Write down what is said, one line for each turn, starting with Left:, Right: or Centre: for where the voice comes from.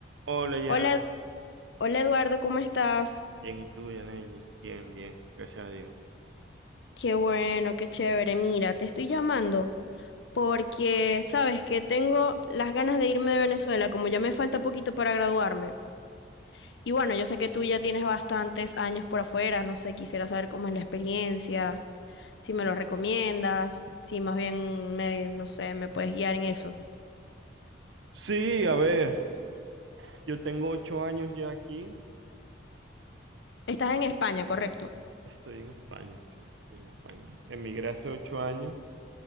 Right: Hola, ya.
Left: Hola, Edu- hola Eduardo, ¿cómo estás?
Right: Bien, ¿y tú, Yaneli? Bien, bien, gracias a Dios.
Left: Qué bueno, qué chévere. Mira, te estoy llamando porque sabes que tengo las ganas de irme de Venezuela, como ya me falta poquito para graduarme. Y bueno, yo sé que tú ya tienes bastantes años por afuera, no sé, quisiera saber cómo es la experiencia, si me lo recomiendas, si más bien me, no sé, me puedes guiar en eso.
Right: Sí, a ver, yo tengo ocho años ya aquí.
Left: Estás en España, ¿correcto?
Right: Estoy en España, sí, estoy en España. Emigré hace ocho años